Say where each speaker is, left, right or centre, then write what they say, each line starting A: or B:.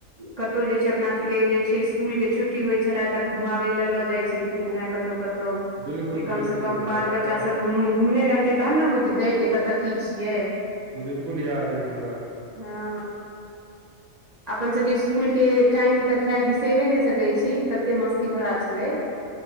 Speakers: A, on the right (about 60°); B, on the right (about 80°).
A: कतौ जे छै अपना सबके जे छै, स्कूल के छुट्टी होइ छलै, तऽ घुमाबै लै लऽ जाइ छलखिन हेँ कत ऊ-कतऊ
B: बिलकुल
A: कि कम
B: बिलकुल
A: स क बाल
B: हमरा
A: बच्चा
B: पूरा
A: सब घुम घुमने रहतै, तहन ने बुझतै जे कतऽ की छियै।
B: बिलकुल याद अय हमरा।
A: हँ। अपन सबके स्कुलके टाइम त खैर बिसैरे नहि सकै छी, कते मस्ती भरा छलै।